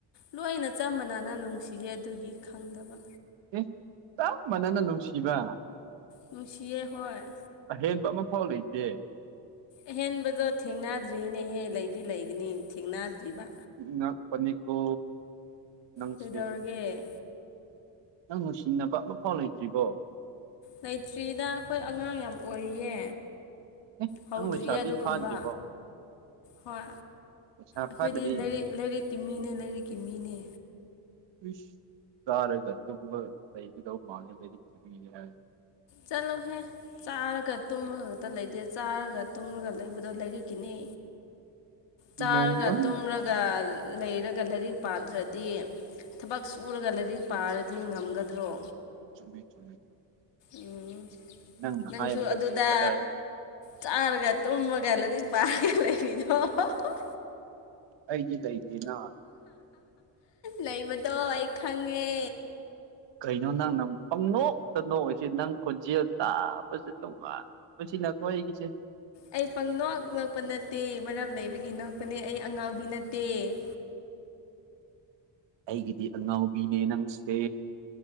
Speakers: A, on the left; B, on the right.
A: ꯂꯣꯏꯅ ꯆꯞ ꯃꯟꯅꯅ ꯅꯨꯡꯁꯤꯒꯦ ꯑꯗꯨꯒꯤ ꯈꯪꯗꯕ
B: ꯑꯦ ꯆꯞꯃꯥꯟꯅꯅ ꯅꯨꯡꯁꯤꯕ
A: ꯅꯨꯡꯁꯤꯌꯦ ꯍꯣꯏ
B: ꯑꯍꯦꯟꯕ ꯑꯃꯐꯥꯎ ꯂꯩꯇꯦ
A: ꯑꯍꯦꯟꯕꯗꯣ ꯊꯦꯡꯅꯗ꯭ꯔꯤꯅꯦꯍꯦ ꯂꯩꯗꯤ ꯂꯩꯒꯅꯤ ꯊꯦꯡꯅꯗ꯭ꯔꯤꯕ
B: ꯉꯛꯄꯅꯤꯀꯣ ꯅꯪꯁꯦ
A: ꯀꯩꯗꯧꯔꯒꯦ
B: ꯅꯪ ꯅꯨꯡꯁꯤꯅꯕ ꯑꯃꯐꯥꯎ ꯂꯩꯇ꯭ꯔꯤꯕꯣ
A: ꯂꯩꯇ꯭ꯔꯤꯗ ꯑꯈꯣꯏ ꯑꯉꯥꯡ ꯌꯥꯝ ꯑꯣꯏꯔꯤꯌꯦ
B: ꯑꯦ
A: ꯍꯧꯗ꯭ꯔꯤꯌꯦ
B: ꯅꯪ ꯂꯩꯁꯥꯕꯤ
A: ꯑꯗꯨꯒꯨꯝꯕ
B: ꯐꯥꯗ꯭ꯔꯤꯕꯣ
A: ꯍꯣꯏ
B: ꯂꯩꯁꯥ
A: ꯑꯈꯣꯏꯗꯤ
B: ꯐꯥꯗ꯭ꯔꯤ
A: ꯂꯥꯏꯔꯤꯛ ꯂꯥꯏꯔꯤꯛꯀꯤ ꯃꯤꯅꯦ ꯂꯥꯏꯔꯤꯛꯀꯤ ꯃꯤꯅꯦ
B: ꯏꯁ ꯆꯥꯔꯒ ꯇꯨꯝꯃꯒ ꯂꯩꯗꯧ ꯃꯥꯜꯂꯦ ꯂꯥꯏꯔꯤꯛꯀꯤ ꯃꯤꯅꯦ ꯍꯥꯏꯔ
A: ꯆꯠꯂꯣꯍꯦ ꯆꯥꯔꯒ ꯇꯨꯝꯃꯒ ꯈꯛꯇ ꯂꯩꯇꯦ ꯆꯥꯔꯒ ꯇꯨꯝꯃꯒ ꯂꯩꯕꯗꯣ ꯂꯩꯔꯤꯛꯀꯤꯅꯦ ꯆꯥꯔꯒ
B: ꯏꯃꯥ ꯏꯃꯥ
A: ꯇꯨꯝꯔꯒ ꯂꯩꯔꯒ ꯂꯥꯏꯔꯤꯛ ꯄꯥꯗ꯭ꯔꯗꯤ ꯊꯕꯛ ꯁꯨꯨꯔꯒ ꯂꯥꯏꯔꯤꯛ ꯄꯥꯔꯗꯤ ꯉꯝꯒꯗ꯭ꯔꯣ
B: ꯆꯨꯝꯃꯤ ꯆꯨꯝꯃꯤ
A: ꯎꯝ
B: ꯅꯪꯅ
A: ꯅꯪꯁꯨ
B: ꯍꯥꯏꯕꯗꯕꯨ
A: ꯑꯗꯨꯗ
B: ꯀꯗꯥꯏꯗ
A: ꯆꯥꯔꯒ ꯇꯨꯝꯃꯒ ꯄꯔꯒ ꯂꯩꯔꯤꯗꯣ <unintelligible>
B: ꯑꯩꯗꯤ ꯂꯩꯇꯦꯅ
A: ꯂꯩꯕꯗꯣ ꯑꯩ ꯈꯪꯉꯦ
B: ꯀꯩꯅꯩꯅꯣ ꯅꯪ ꯅ ꯄꯪꯅꯣꯛ ꯅꯣꯛꯁꯦ ꯅꯪ ꯈꯣꯟꯖꯦꯜ ꯇꯥꯕꯁꯦ ꯅꯨꯡꯉꯥꯏꯕ ꯁꯤꯅꯀꯣ ꯑꯩꯈꯣꯢꯒꯤꯁꯦ
A: ꯑꯩ ꯄꯪꯅꯣꯛ ꯅꯣꯛꯄ ꯅꯠꯇꯦ ꯃꯔꯝ ꯂꯩꯕꯒꯤ ꯅꯣꯛꯄꯅꯦ ꯑꯩ ꯑꯉꯥꯎꯕꯤ ꯅꯠꯇꯦ <inaudible>
B: ꯑꯩꯒꯤꯗꯤ ꯑꯉꯥꯎꯕꯤꯅꯦ ꯅꯪꯁꯦ